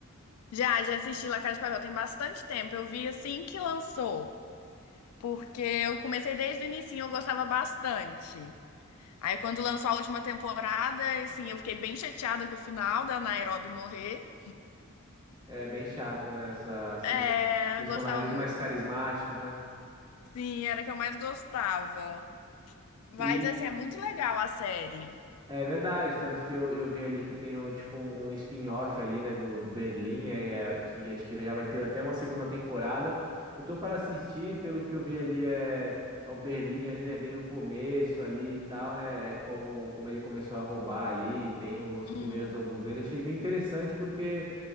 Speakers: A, on the left (about 85°); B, on the right (about 20°).
A: já, já assisti La Casa de Papel tem bastante tempo. Eu vi assim que lançou, porque eu comecei desde o inicinho, eu gostava bastante. Aí quando lançou a última temporada, assim, eu fiquei bem chateada com o final da Nairobi morrer.
B: É bem chato, né? Essa, assim,
A: É,
B: os personagens
A: gostava,
B: mais carismáticos, né?
A: assim, era a que eu mais gostava. Mas
B: E
A: assim, é muito legal a série.
B: é verdade, tanto que eu, eu vi ali que tem um, tipo, um um spin-off ali, né, do, do Berlim, é, é, que acho que já vai ter até uma segunda temporada. Eu tô para assistir, pelo que eu vi ali, é, é o Berlim ali, né, bem no começo ali e tal, né, é como, como ele começou a roubar ali, bem os
A: Hum,
B: primeiros roubos dele. Achei bem interessante porque